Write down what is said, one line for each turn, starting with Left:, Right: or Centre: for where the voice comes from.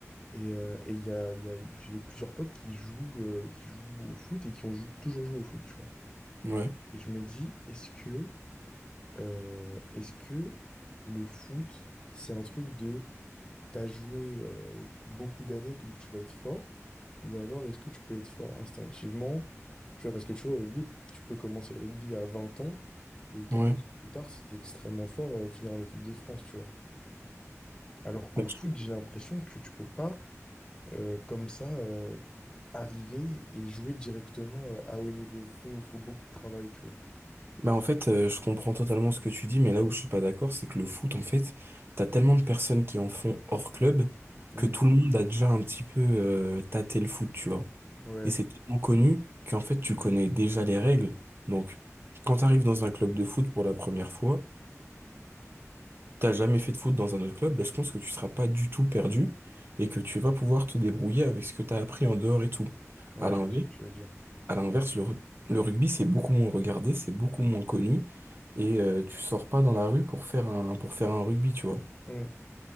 Left: Et, euh, et il y a, il y a- j'ai plusieurs potes qui jouent, euh, qui jouent au foot et qui ont jou- toujours joué au foot, tu vois.
Right: Ouais,
Left: Et je me dis, est-ce que, euh, est-ce que le foot, c'est un truc de... t'as joué euh, beaucoup d'années, donc tu vas être fort, ou alors est-ce que tu peux être fort instinctivement, tu vois, parce que tu vois, au rugby, tu peux commencer le rugby à 20 ans, et trois
Right: ouais.
Left: ans plus tard, si t'es extrêmement fort, euh, finir en équipe de France, tu vois. Alors qu'au
Right: Bah,
Left: foot,
Right: je-
Left: j'ai l'impression que tu peux pas, euh, comme ça, euh, arriver et jouer directement euh, à haut niveau. Faut, faut beaucoup de travail, tu vois.
Right: bah, en fait, euh, je comprends totalement ce que tu dis, mais là où je suis pas d'accord, c'est que le foot, en fait, t'as tellement de personnes qui en font hors club
Left: Mm.
Right: que tout le monde a déjà un petit peu euh, tâté le foot, tu vois.
Left: Ouais,
Right: Et c'est tellement connu qu'en fait, tu connais déjà les règles. Donc, quand t'arrives dans un club de foot pour la première fois, t'as jamais fait de foot dans un autre club, ben je pense que tu seras pas du tout perdu et que tu vas pouvoir te débrouiller avec ce que t'as appris en dehors et tout.
Left: ouais,
Right: À l'inverse,
Left: je vois ce que tu veux dire.
Right: à l'inverse, le, ru- le rugby, c'est beaucoup moins regardé, c'est beaucoup moins connu et euh, tu sors pas dans la rue pour faire un, pour faire un rugby, tu vois.
Left: Mm.